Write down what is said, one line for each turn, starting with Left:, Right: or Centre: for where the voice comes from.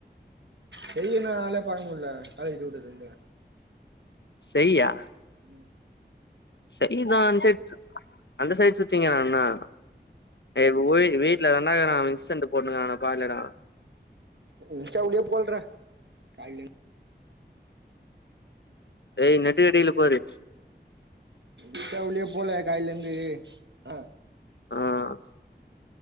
Right: டெய்லி என்ன ஆளே பாக்க முல்ல காலேஜி <unintelligible> அங்க
Left: செய்யா
Right: உம்
Left: செய்து ஆ சைட் அந்த சைடு சுத்திங்றானா ஏ <unintelligible> வீட்ல தாண்டா இக்குறா அவ இன்ஸன்டு போட்னுக்குறானா பாருங்கடா
Right: இன்ஸ்டா உள்ளே போல்றா காய்லேந்
Left: டேய் நெட்டுக்கடில பாரு
Right: ட்டா உள்ளே போலியா காயிலேந்து ஆ
Left: ஆஹ்